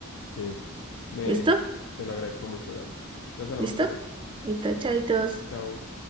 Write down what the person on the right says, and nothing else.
¿Listo?
¿Listo?
Listo, chaitos.